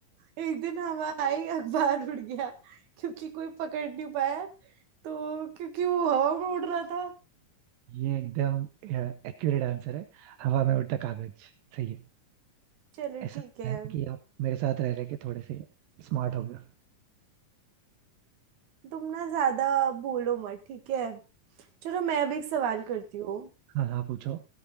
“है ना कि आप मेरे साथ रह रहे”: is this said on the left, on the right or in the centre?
Right